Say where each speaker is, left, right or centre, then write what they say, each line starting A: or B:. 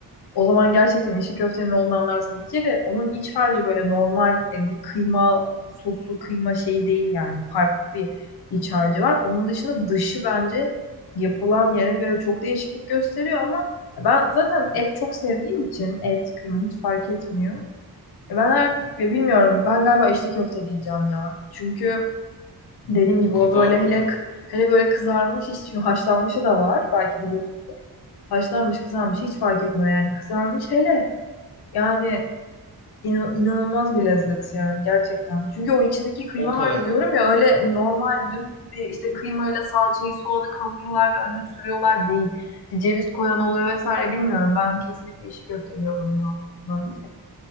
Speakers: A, on the left; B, on the left.
A: O zaman gerçekten işi köftenin olduğunu anlarsın. Bir kere onun iç harcı böyle normal e, bir kıyma sosu, kıyma şeyi değil yani. Farklı bir iç harcı var. Onun dışında dışı bence yapılan yere göre çok değişiklik gösteriyor ama ben zaten et çok sevdiğim için et, kıyma hiç fark etmiyor. E, Ben her, ya bilmiyorum ben galiba içli köfte diyeceğim ya. Çünkü dediğim
B: O
A: gibi
B: kadar
A: o böyle
B: mı
A: hele
B: ya?
A: hele böyle kızarmış hiç çünkü haşlanmışı da var belki biliyorsun. Haşlanmış kızarmış hiç fark etmiyor yani kızarmış hele. Yani inan- inanılmaz bir lezzet yani gerçekten. Çünkü o içindeki kıyma
B: O kadar
A: harcı
B: yani-
A: diyorum ya öyle normal dümdüz bir işte kıymayla salçayı soğanı kavuruyorlar ve önüne sürüyorlar değil. İşte Ceviz koyan oluyor vesaire bilmiyorum. Ben kesinlikle işi köfte diyorum ya. Ben